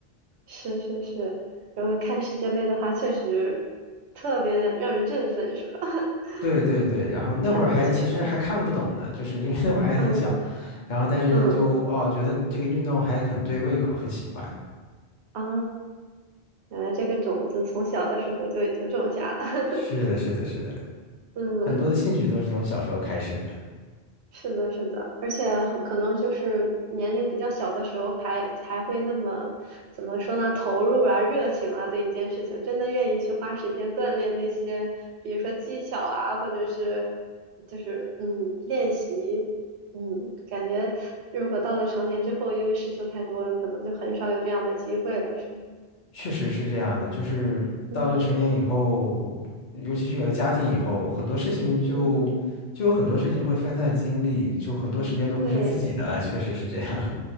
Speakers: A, on the right; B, on the left.
A: 是是是，如果看世界杯的话，确实特别让人振奋，是吧？<laughs>
B: 对对对，
A: 嗯，
B: 然后那会儿还其实还看不懂呢，
A: 看足球赛，
B: 就是因为那会儿还很小，
A: 嗯
B: 然后但是就哦觉得这个运动还很对胃口，
A: 嗯
B: 很喜欢。
A: 啊，原来这个种子从小的时候就已经种下了。
B: 是的，
A: <laughs>
B: 是的，是的，
A: 嗯，
B: 很多的兴趣都是从小时候开始的，
A: 是的，是的，而且很可能就是年龄比较小的时候还才会那么怎么说呢，投入啊、热情啊对一件事情，真的愿意去花时间锻炼那些，比如说技巧啊，或者是就是嗯练习，嗯，感觉如果到了成年之后，因为事情太多了，可能就很少有这样的机会了，是吧？
B: 确实是这样的。就是到了成年以后，
A: 嗯
B: 尤其是有了家庭以后，很多事情就就有很多事情会分散精力，
A: 嗯，
B: 就很多时间都不是自己的了，
A: 对
B: 确实是这样。